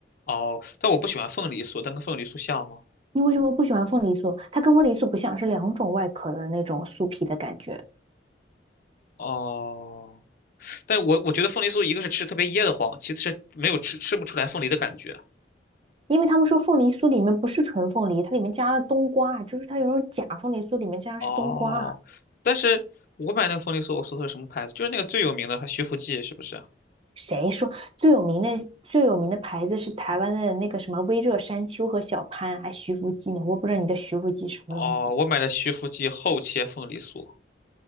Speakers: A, on the left (about 50°); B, on the right (about 30°).
A: 哦，但我不喜欢凤梨酥，但跟凤梨酥像吗？
B: 你为什么不喜欢凤梨酥？它跟凤梨酥不像是两种外壳的那种酥皮的感觉。
A: 哦，但我我觉得凤梨酥一个是吃特别噎得慌，其次是没有吃吃不出来凤梨的感觉。
B: 因为他们说凤梨酥里面不是纯凤梨，它里面加了冬瓜，就是它有种假凤梨酥里面加的是冬瓜。
A: 哦，但是我买那个凤梨酥，我搜的是什么牌子？就是那个最有名的，还徐福记是不是？
B: 谁说最有名的最有名的牌子是台湾的那个什么微热山丘和小潘，还徐福记呢？我不知道你的徐福记什么东西，
A: 哦，我买的徐福记厚切凤梨酥，